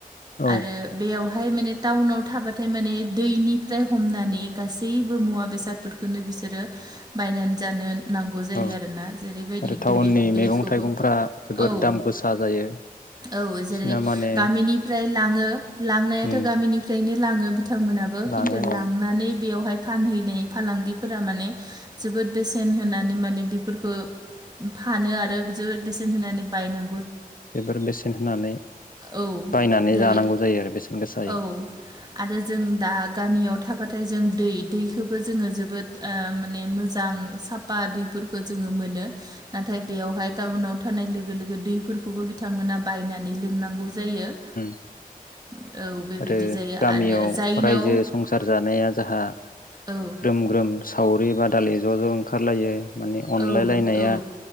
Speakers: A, on the left (about 65°); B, on the right (about 25°).
A: औ
B: आरो बेयाव हाय माने टाउनाव थाबाथाय माने दैनिफ्राय हमनानै गासैबो मुवा बेसादफोरखौनो बिसोरो बायनानै जानो। नांगौ जायो
A: औ
B: आरोना जेरैबायदि
A: आरो टाउननि
B: दै दैखौबो
A: मैगं थाइगंफोरा जोबोर
B: औ
A: दाम गोसा जायो।
B: औ
A: बिसिना
B: जेरै
A: माने
B: गामिनिफ्राय लाङो लांनायाथ'
A: उम
B: गामिनिफ्रायनो लाङो बिथांमोनाबो
A: लाङो
B: खिन्थु लांनानै
A: औ
B: बेयावहाय। फानहैनाय फालांगिफोरा माने जोबोद बेसेन होनानै माने बेफोरखौ फानो आरो। जोबोद बेसेन होनानै बायनां
A: बेफोर बेसेन होनानै
B: औ
A: बायनानै
B: जेरै
A: जानांगौ जायो आरो बेसेन गोसायै।
B: औ आरो जों दा गामियाव थाबाथाय जों दै दैखौबो जोङो जोबोद ओ माने मो जां साफा दैफोरखौ जोङो मोनो नाथाय बेवहाय टाउनाव थानाय लोगो लोगो दै फोरफोरखौबो बिथांमोना बायनानै लोंनांगौ जायो।
A: <inaudible>
B: औ बेबायदि
A: आरो
B: जायो
A: गामियाव
B: आरो जायनाव
A: रायजो संसार जानाया जाहा
B: औ
A: ग्रोम ग्रोम। सावरि बादालि ज' ज' ओंखारलायो मानि अनलाय
B: औ
A: लायनाया
B: औ